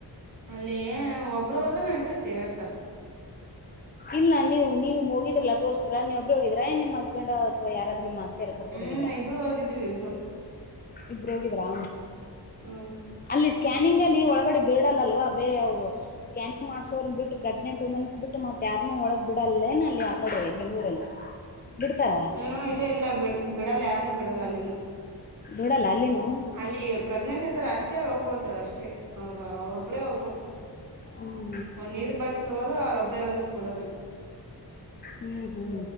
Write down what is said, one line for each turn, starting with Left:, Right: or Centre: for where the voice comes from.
Right: ಅಲ್ಲಿ ಒಬ್ರ ಹೋದರ ನಡಿತೇತಿ ಹೇಳ್ತಾರ.
Left: ಇಲ್ಲಾ ನೀವು ನೀವು ಹೋಗಿದ್ರಲ್ಲ ತೋರ್ದ್ರಲ್ಲ ನೀವಬ್ಬರು ಹೋಗಿದ್ರ ಏ ನಿಮ್ಮ ಹಸ್ಬೆಂಡ್ ಅಥವಾ ಯಾರಾದ್ರೂ ನಿಮ್ಮ ಅತ್ತೆಯರ. ಕರ್ಕೊಂಡಹೋಗಿದ್ರಾ
Right: ಹ್ಮ್ ಇಬ್ರು ಹೋಗಿದೀವಿ ಇಬ್ರು
Left: ಇಬ್ಬರು ಹೋಗಿದ್ರಾ.
Right: ಅ
Left: ಅಲ್ಲಿ ಸ್ಕ್ಯಾನಿಂಗ್ ಅಲ್ಲಿ ಒಳಗಡೆ ಬಿಡಲ್ಲಲ್ವಾ ಬೇರೆ ಅವ್ರು ಸ್ಕಾನಿಂಗ್ ಮಾಡಸೋರನ್ನ ಬಿಟ್ಟು ಪ್ರೆಗ್ನೆಂಟ್ ವುಮೆನ್ಸ್. ಬಿಟ್ಟ ಮತ್ತ ಯಾರನು ಒಳಗ ಬಿಡಲ್ಲೇನ ಅಲ್ಲಿ ಆ ಕಡೆ ಬೆಂಗ್ಳೂರಲ್ಲಿ ಬಿಡ್ತಾರ.
Right: ಹು ಇಲ್ಲಾ ಇಲ್ಲಾ ಬಿಡ ಬಿಡಲ್ಲ ಯಾರನು ಬಿಡಲ್ಲಾ ಅಲ್ಲಿನು.
Left: ಬಿಡಲ್ಲಾ ಅಲ್ಲಿನು.
Right: ಅಲ್ಲಿ ಪ್ರೆಗ್ನೆಂಟ್ ಇದ್ದರ ಅಷ್ಟೇ ಹೋಗ್ಬಹದು ಅಷ್ಟೇ ಅವ್ರ ಅವ್ರೊಬ್ಬರೇ ಹೋಗ್ಬೇಕು.
Left: ಹ್ಮ್
Right: ಒಂದ ನೀರಿನ ಬಾಟ್ಲಿ ತಗೋದು ಅವರೊಬ್ಬರೆ ಹೋಗಿ ಕೂಡದಲ್ಲಿ.
Left: ಹು ಹು